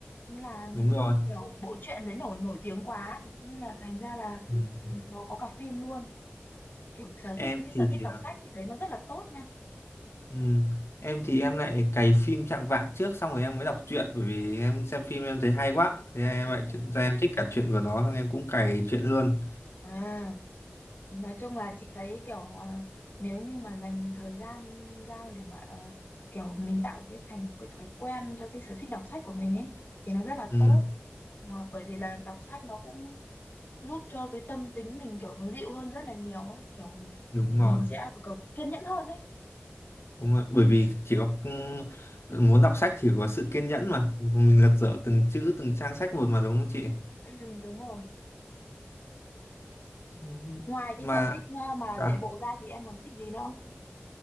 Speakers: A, on the left (about 50°); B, on the left (about 80°).
A: nên là
B: đúng rồi
A: kiểu bộ truyện đấy nổi nổi tiếng quá ấy. nên là thành ra là
B: Ừm.
A: ừ, nó có cả phim luôn kiểu sở
B: em
A: thích cái
B: thì
A: sở thích đọc
B: ờ,
A: sách chị thấy nó rất là tốt nha
B: ừm, em thì em lại cày phim Trạng Vạng trước xong rồi em mới đọc truyện bởi vì em xem phim em thấy hay quá thế em
A: Ừ.
B: lại chuyển ra em thích cả truyện của nó xong em cũng cày truyện luôn
A: à nói chung là chị thấy kiểu à, nếu như mà dành thời gian ra để mà à, kiểu mình tạo cái thành cái thói quen cho cái sở thích đọc sách của mình ấy thì nó rất là
B: Ừm,
A: tốt Mà bởi vì là đọc sách nó cũng giúp cho cái tâm tính mình kiểu nó dịu hơn rất là nhiều ấy kiểu
B: đúng rồi
A: mình sẽ kiểu, kiểu kiên nhẫn hơn ấy
B: Đúng rồi. Bởi vì chỉ có ừ, muốn đọc sách thì phải có sự kiên nhẫn mà mình lật dở từng chữ từng trang sách một mà đúng không chị?
A: ừ đúng rồi
B: Ừ.
A: Ngoài
B: Mà
A: cái sở thích ờ, mà
B: đã,
A: chạy bộ ra thì em còn thích gì nữa? không?